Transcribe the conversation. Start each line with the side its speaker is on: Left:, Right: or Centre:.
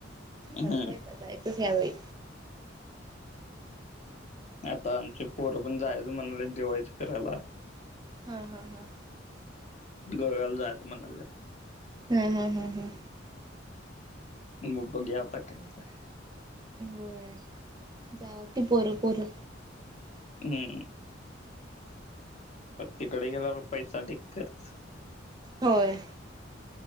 Left: हम्म
Right: ठरवलं ई तुझ्याही
Left: आता आमचे पोरं पण जायचं म्हणाले दिवाळीत फिरायला
Right: हा हा हा
Left: गर जायजं म्हणालं
Right: हा हा हा हा
Left: हगबग यावत कायरय
Right: होय जा की पोरं पोरं
Left: हम्म पण तिकडे गेल्यावर पैसा ढिकच
Right: होय